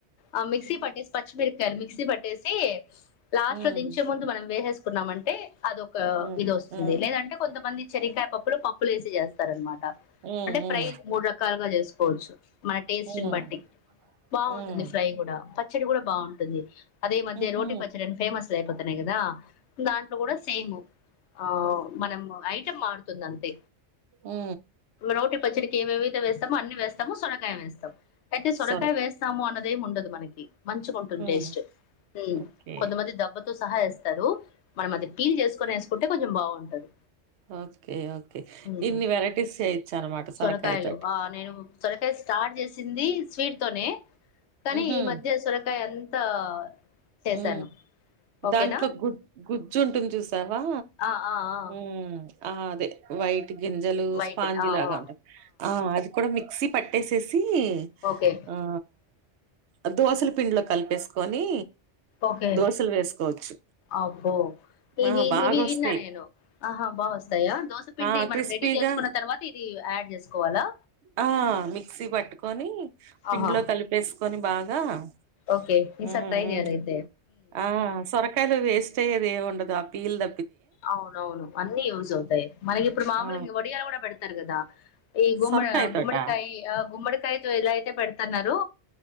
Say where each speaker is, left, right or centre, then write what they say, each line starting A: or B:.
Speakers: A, on the left; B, on the right.
A: ఆ మిక్సీ పట్టేసి పచ్ మిరపకాయలు మిక్సీ పట్టేసీ. లాస్ట్
B: ఉమ్
A: లో దించే ముందు మనం వేసేస్ కున్నామంటే. అదొక
B: ఉమ్
A: ఇది వోస్తుంది.
B: ఉమ్
A: లేదంటే కొంతమంది శనిక్కాయ పప్పులు పప్పుల ఏసి చేస్తారూ అన్నమాట ట
B: ఉమ్
A: అంటే ఫ్రై
B: ఉమ్
A: మూడు రకాలుగా చేసుకోవచ్చు. మన టేస్ట్ని
B: హ్మ్.
A: బట్టి బాగుంటుంది
B: హ్మ్.
A: ఫ్రై కూడా చదువుదాం బాగుంటుంది అదే ఈ మధ్య
B: హుహు.
A: రోటీ పచ్చడి ఫేమస్ కైపోతున్నాయి గాదా దాంట్లో కూడా సేమ్ ఆవున్ మనం ఐటమ్ మార్త్ ఉంటుంది. అంతే
B: ఉ
A: రోటి పచ్చడికి ఏమేమి వేస్తాము. అన్ని వేస్తా మనము సోరకాయ వేస్తాము. అయితే సోరకయ
B: సొరకాయ.
A: వేస్తాము అన్న అదెం ఉండదు మనకి మంచిగా ఉంటుంది.
B: హ్మ్.
A: టేస్ట్ ఊ
B: ఓకే.
A: కొంతమంది డబ్బతో సహా ఏస్తా స్తరు. మనం అది పీలు చేసుకొని వేసుకుంటే కొంచెం బాగుంటది.
B: ఓకే ఓకే
A: ఉమ్
B: ఇన్ని వెరైటీస్ చేయొచ్చు. అన్నమాట సోరకాయ
A: సొరకాయలు
B: తోటి
A: ఆ నేను సొరకాయ స్టార్ట్ చేసింది స్వీట్ తోనే కానీ
B: ఊహూ
A: ఈ మధ్య సొరకాయ అంతా చేశాను
B: ఉ
A: ఓకేనా
B: దాంట్లో గు గు చుటుంది. చూసు త్తవా
A: ఆ ఆ ఆ
B: హ్ ఆ అదే వైట్ గింజలు
A: వైట్
B: స్పాంజి
A: ఆ
B: లాగా
A: ఆ
B: ఉంటాయి. ఆ అది కూడా మిక్ మిక్సీపట్టేసేసి
A: ఓకే
B: అది ఆ దోశలు పిండ్లో కలిపేసుకొని
A: ఓకే
B: దోశలు వేసుకోవచ్చు.
A: అబ్బో ఇవి
B: ఆ బాగా
A: ఇవి
B: వోస్తాయి.
A: విన్నా నేను ఆహా బాగా వస్తాయా దోసపిండి
B: ఆ క్రిస్పీగా
A: మనం రెడీ చేసుకున్న తర్వాత ఇది యాడ్ చేసుకోవాలా
B: ఆ మిక్సీ పట్టుకొని పిండ్లో
A: ఆహా
B: కలిపేసుకొని బాగా <unintelligible>
A: ఓకే ని
B: హ్మ్
A: సత్తా ఎం
B: హ్మ్
A: జెయాలో చెప్పు
B: ఆ సొరకాయలు వేసి సేవి ఏమి ఉండదు. అ పీల్ద
A: అవునవును. అన్నీ యుస్ అవుతాయి. మనకి ఇప్పుడు మామూలు
B: ఆ
A: వడియాలు కూడా పెడుత తరుగదా ఈ గుమడి
B: సొరకాయ తోట
A: గుమ్మడికాయీ అ గుమడ తై తో ఇల అయితే పెడుతన్నారు